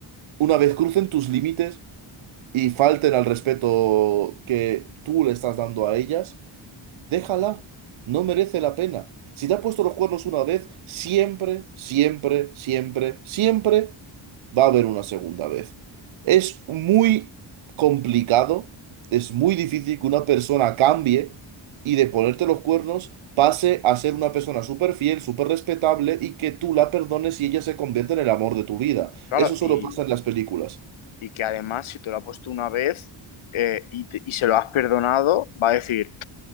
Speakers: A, on the right (about 80°); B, on the left (about 85°).
A: Una vez crucen tus límites y falten al respeto que tú le estás dando a ellas, Déjala, no merece la pena. Si te ha puesto los cuernos una vez, siempre, siempre, siempre, siempre va a haber una segunda vez. Es muy complicado, es muy difícil que una persona cambie y de ponerte los cuernos pase a ser una persona súper fiel, súper respetable y que tú la perdones y ella se convierta en el amor de tu vida.
B: Claro,
A: Eso solo
B: y
A: pasa en las películas.
B: Y que además, si te lo ha puesto una vez eh, y, te- y se lo has perdonado, va a decir,